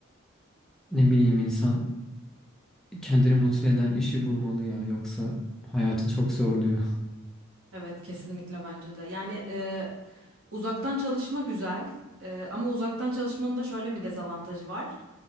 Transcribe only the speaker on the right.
Evet kesinlikle bence de. Yani e, uzaktan çalışma güzel E, ama uzaktan çalışmanın da şöyle bir dezavantajı var.